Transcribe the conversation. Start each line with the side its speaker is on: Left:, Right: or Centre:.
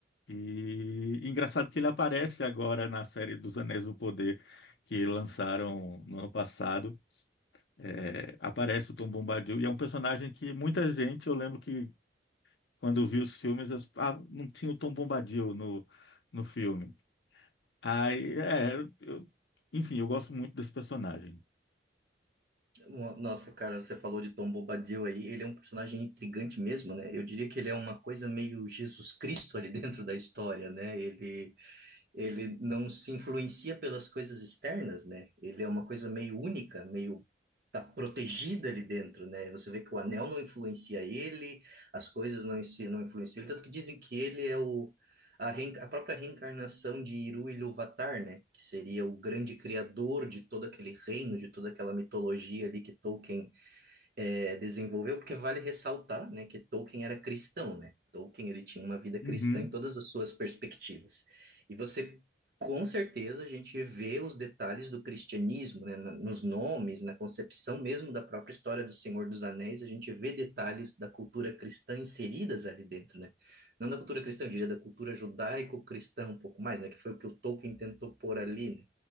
Left: E engraçado que ele aparece agora na série dos Anéis do Poder que lançaram no ano passado é, aparece o Tom Bombadil e é um personagem que muita gente, eu lembro que quando vi os filmes, eu, ah, não tinha o Tom Bombadil no, no filme. Aí, é, eu, enfim, eu gosto muito desse personagem.
Right: Mo- Nossa, cara, você falou de Tom Bombadil aí. Ele é um personagem intrigante mesmo, né? Eu diria que ele é uma coisa meio Jesus Cristo ali dentro da história, né? Ele ele não se influencia pelas coisas externas, né? Ele é uma coisa meio única, meio tá protegida ali dentro, né? Você vê que o anel não influencia ele, as coisas não, inci- não influenciam ele, tanto que dizem que ele é o a, reen- a própria reencarnação de Iru Ilúvatar, né? Que seria o grande criador de todo aquele reino, de toda aquela mitologia ali que Tolkien é, desenvolveu, porque vale ressaltar, né, que Tolkien era cristão, né? Tolkien ele tinha uma vida cristã
Left: Uhum,
Right: em todas as suas perspectivas. E você com certeza a gente vê os detalhes do cristianismo, né, na- nos nomes, na concepção mesmo da própria história do Senhor dos Anéis, a gente vê detalhes da cultura cristã inseridas ali dentro, né? Não da cultura cristã, eu diria da cultura judaico-cristã um pouco mais, né, que foi o que o Tolkien tentou pôr ali, né?